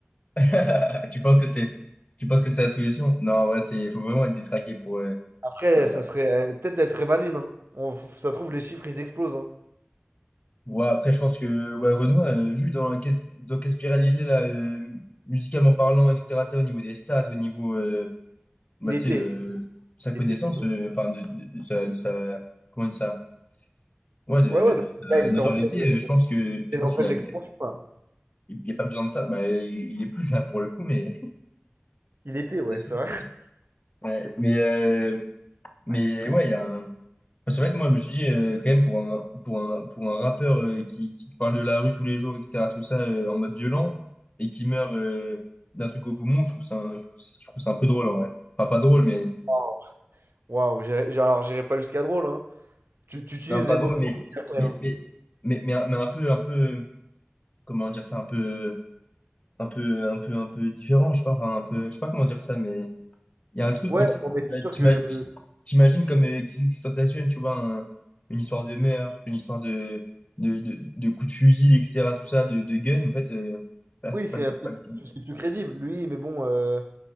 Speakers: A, on the left (about 35°); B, on the right (about 65°).
A: <laughs> Tu penses que c'est, tu penses que c'est la solution? Non, ouais, c'est, faut vraiment être détraqué pour euh,
B: Après,
A: faire ça.
B: ça serait, euh, peut-être elle serait maligne, hein. On- f- ça se trouve, les chiffres, ils explosent, hein.
A: Ouais, après, je pense que, ouais, Renoir, euh, vu dans quelle, dans quelle spirale il est, là, euh, musicalement parlant, etc., tu sais, au niveau des stats, au niveau, euh, bah,
B: Il était,
A: tu sais, euh,
B: il
A: sa connaissance,
B: était plutôt.
A: euh, enfin, de, de- de sa, de sa- comment on dit ça? Ouais, de,
B: Ouais,
A: de,
B: ouais,
A: de
B: bah,
A: sa
B: le gars, il
A: notoriété,
B: était en pleine,
A: euh, je pense que
B: il
A: je
B: était
A: pense
B: en pleine
A: qu'il a, il
B: expansion,
A: a,
B: quoi.
A: il y a pas besoin de ça. Bah, il, il est plus là pour le coup, mais
B: Il était,
A: <laughs>
B: ouais,
A: c'est sûr
B: c'est vrai.
A: que-
B: <laughs>
A: ouais,
B: C'est
A: mais euh, mais
B: ah, c'est très...
A: ouais, il y a un. Enfin, c'est vrai que moi, je me suis dit euh, quand même pour un pour un pour un rappeur euh, qui, qui parle de la rue tous les jours, etc. Tout ça euh, en mode violent et qui meurt euh, d'un truc au poumon, je trouve ça un- je trouve, ça je trouve ça un peu drôle en vrai. Enfin, pas drôle, mais
B: Waouh, Waouh, j'irai- j'irai- alors j'irai pas jusqu'à drôle, hein. Tu, tu utilises
A: non, pas
B: les
A: drôle,
B: mots que
A: mais
B: t'as dit après,
A: mais
B: hein.
A: mais mais mais, un mais un peu un peu comment dire ça, un peu. un peu, un peu, un peu différent, je sais pas, enfin, un peu, je sais pas comment dire ça, mais il y a un truc
B: Ouais,
A: où tu sais,
B: bon, mais c'est sûr
A: t'ima-
B: que... euh,
A: t'ima- t'imagines
B: c'est-
A: comme euh, XXXTentacion, tu vois, un- une histoire de meurtre, une histoire de, de, de, de coups de fusil, etc., tout ça, de, de gun, en fait, euh, là,
B: Oui,
A: c'est
B: c'est
A: pas le,
B: un
A: c'est
B: peu-
A: pas le cas.
B: c'est plus crédible, lui, mais bon... euh,